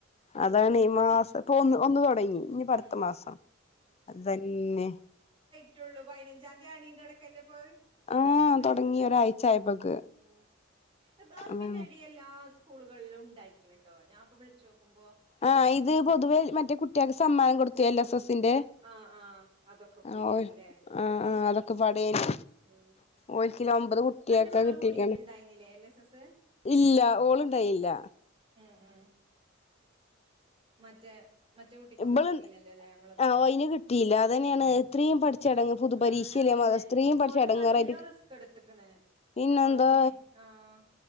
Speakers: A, on the left; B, on the right.
A: അതാണ് ഈ മാസം
B: ഉം
A: ഇപ്പൊ ഒന്ന് ഒന്നു തുടങ്ങി ഇനി പ്പട്ത്ത
B: ഉം
A: മാസം അതന്നെ
B: പറ്റുള്ളൂ പതിനഞ്ചാംതിയാണന്റെടക്കല്ല ഇപ്പോത്
A: ആഹ്
B: ഉണ്ടായിന്നത്
A: തുടങ്ങി ഒരാഴ്ച ആയപ്പോക്ക്
B: ആഹ് അഹ് ബാ
A: അതാണ്
B: പിന്നടി എല്ലാ സ്കൂളുകളിലും ണ്ടായിക്ക്ണ് ട്ടോ ഞാൻപ്പോ വിളിച്ചോക്കുമ്പോ.
A: ആഹ് ഇത് പൊതുവെ മറ്റേ കുട്ടിയേക്ക് സമ്മാനം കൊടുത്തു എൽ എസ് എസിന്റെ.
B: ആഹ് ആഹ് അതൊക്കെ കൂടിയാണ്ല്ലേ
A: ആഹ് ഓഹ് ആഹ് ആഹ് അതൊക്കെ പടേനി
B: ഉം
A: ഓൽക്കില്ല ഒമ്പത് കുട്ടിയേക്കെ
B: അന്റെ മകള്
A: കിട്ടിരിക്കണം
B: കൂടിയിട്ടുണ്ടായിന്നില്ലേ എൽ എസ് എസ്
A: ഇല്ല ഓള് ഇണ്ടായില്ല.
B: ആഹ് ആഹ് മറ്റേ മറ്റേ കുട്ടിക്കൊന്നും
A: ഇബള്
B: കിട്ടില്ലല്ലോല്ലേ നമ്മളെ ബട്ത്തെ?
A: ആഹ് ഓയിന് കിട്ടിയില്ല അതന്നെയാണ്
B: ഉം
A: ഇത്രയും പഠിച്ച എടങ്ങ് പൊതുപരീക്ഷയില്ലേ
B: ഉം അതന്നെ
A: മദ്രസ ഇത്രയും പഠിച്ച
B: ഓലക്കെ
A: എടങ്ങേറായിട്ട്
B: നല്ലോം റിസ്ക് എടുത്ത്ക്ക്ണ്.
A: പിന്നെന്താ
B: ഓളമ്മേ ആഹ്